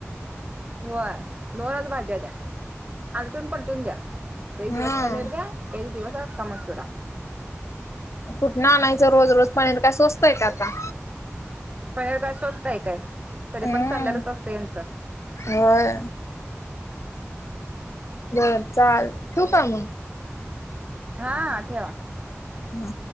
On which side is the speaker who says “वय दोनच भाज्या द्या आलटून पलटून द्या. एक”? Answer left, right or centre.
Right